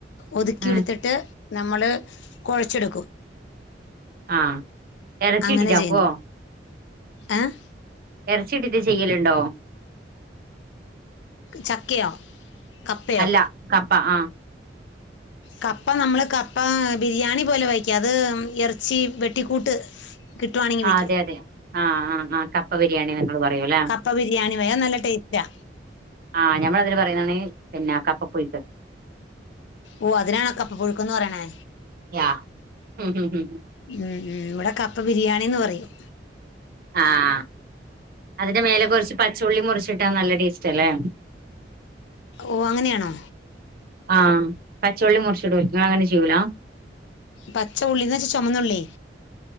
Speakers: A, on the left; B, on the right.
A: ഒതുക്കിയെടുത്തിട്ട്
B: ആ
A: നമ്മള് കുഴച്ചെടുക്കും
B: ആ ഇറച്ചി
A: അങ്ങനെ
B: ഇട്ടിട്ടാക്കുവോ
A: ചെയ്യുന്നെ ഏഹ്
B: ഇറച്ചിട്ടിട്ട് ചെയ്യലുണ്ടോ
A: ചക്കയോ കപ്പയോ
B: അല്ല കപ്പ ആഹ്
A: കപ്പ നമ്മൾ കപ്പ ബിരിയാണി പോലെ വക്കും അത് ഇറച്ചി വെട്ടിക്കൂട്ട് <inaudible> വെക്കും
B: ആഹ് അതെ അതെ ആഹ് ആഹ് ആഹ് കപ്പ ബിരിയാണി എന്നങ്ങൾ പറയൂ അല്ലേ
A: കപ്പ ബിരിയാണി വയാ നല്ല ടേസ്റ്റാ
B: ആഹ് ഞമ്മള അതിന് പറയ്ണാണ് പിന്നെ കപ്പപുഴുക്ക്
A: ഓഹ് അതിനാണാ കപ്പ പുഴുക്ക്‌ന്ന് പറയണേ
B: യാ ഉം ഉം ഉം
A: ഉം ഉം ഇവിടെ കപ്പ ബിരിയാണിന്ന് പറയും.
B: ആഹ് അതിന്റെ മേലെ കുറച്ച് പച്ചുള്ളി മുറിച്ചിട്ടാ നല്ല ടേസ്റ്റ് അല്ലേ
A: ഓഹ് അങ്ങനെയാണോ
B: ആഹ് പച്ചൊള്ളി മുറിച്ചിടും ങ്ങളങ്ങനെ ചെയ്യൂലാ
A: പച്ച ഉള്ളിന്ന് വെച്ച ചുമന്നുള്ളീ